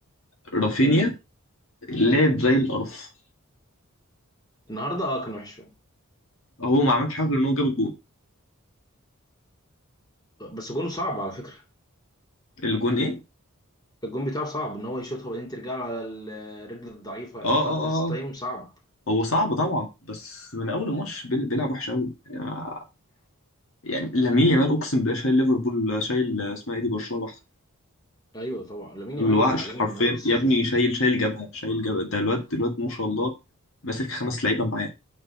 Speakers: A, on the left; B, on the left.
A: رافينيا
B: مم.
A: لعب زي القرف
B: النهارده اه كان وحش فيهم،
A: هو ما عملش حاجه غير ان هو جاب الجون
B: بس جون صعب على فكرة
A: الجون ايه
B: الجون بتاعه صعب ان هو يشوطها وبعدين ترجع له على الرجل الضعيفه
A: اه
B: يحطها
A: اه
B: فيرست
A: اه آه.
B: تايم صعب
A: هو صعب طبعا بس من اول الماتش بيل- بيلعب وحش قوي يعني ما- يعني لامين يامال اقسم بالله شايل ليفربول شايل اسمها ايه دي برشلونه لوحده
B: ايوه طبعا لامين
A: الوحش
B: يامال عالمي
A: حرفيا
B: من اول السيزون
A: يا ابني شايل شايل جبهه شايل جبهه ده الواد الواد ما شاء الله ماسك خمس لعيبه معاه